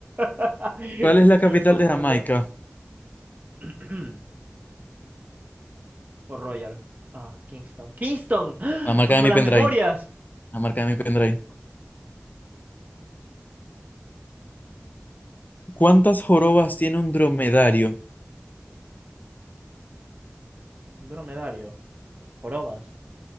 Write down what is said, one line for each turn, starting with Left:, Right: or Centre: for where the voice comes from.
Right: <laughs>
Left: ¿Cuál
Right: Siempre
Left: es la capital
Right: me confundo.
Left: de Jamaica?
Right: <clears throat> O Royal. Ah, Kingston. ¡Kingston! ¡Ah!
Left: La marca
Right: ¡Como
Left: de mi
Right: las
Left: pendrive.
Right: memorias!
Left: La marca de mi pendrive. ¿Cuántas jorobas tiene un dromedario?
Right: Un dromedario. Jorobas.